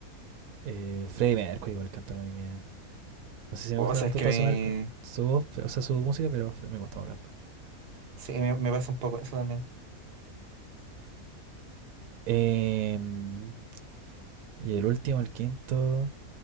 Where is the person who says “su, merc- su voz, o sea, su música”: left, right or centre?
Right